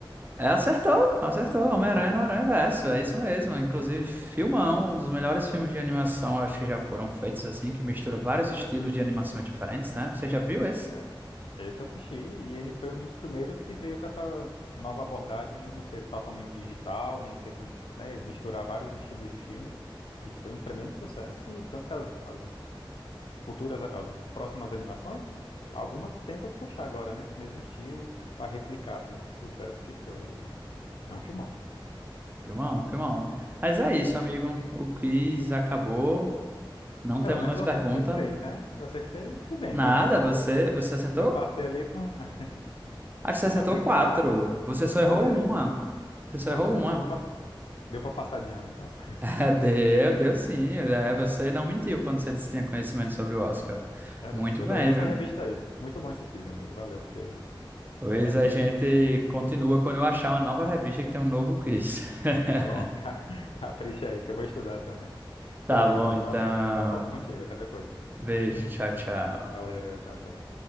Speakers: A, on the right; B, on the left.
A: É, acertou, acertou. Homem-Aranha
B: Acertei?
A: no Aranha-Verso,
B: Então,
A: é isso mesmo. Inclusive, filmão, um dos melhores filmes de animação, acho que já foram feitos assim, que mistura vários estilos de animações diferentes, né? Você já viu esse?
B: é, Esse eu assisti e ele foi um dos primeiros que veio com essa nova abordagem de não ser totalmente digital, nem ser como, né, misturar vários estilos de filme. E foi um tremendo sucesso e tanto que as, as futuras, as próximas animações, algumas tentam puxar agora, né, esse mesmo estilo para replicar assim esse sucesso que foi ele. É um filmão.
A: Filmão, filmão. Mas é isso, amigo. O quiz acabou. Não
B: Pelo
A: temos
B: menos
A: mais
B: eu
A: pergunta.
B: acertei três, né? Eu acertei, fui bem,
A: Nada,
B: pelo menos.
A: você,
B: Eu
A: você acertou?
B: eu passei ali com, <laughs>
A: Acho que você acertou
B: passei
A: quatro.
B: com A ainda.
A: Você só errou
B: Foi, é.
A: uma. Você só
B: É,
A: errou
B: deu,
A: uma.
B: deu para deu para passar de ano, então.
A: <laughs> Deu, deu sim. É, você não mentiu quando você disse que tinha conhecimento sobre o Oscar.
B: Verdade.
A: Muito bem,
B: Adorei essa
A: viu?
B: revista aí. Muito bom esse quiz, amigo. Valeu por ter
A: Pois
B: pegado
A: a
B: essa
A: gente
B: ideia.
A: continua quando eu achar uma nova revista que tem um novo quiz. <laughs>
B: Pronto, <laughs> ca- capricha aí, que eu vou estudar também.
A: Tá
B: Obrigado,
A: bom,
B: meu amigo.
A: então.
B: Valeu. Vou falar contigo. Até depois.
A: Beijo, tchau, tchau.
B: Valeu, tchau, tchau.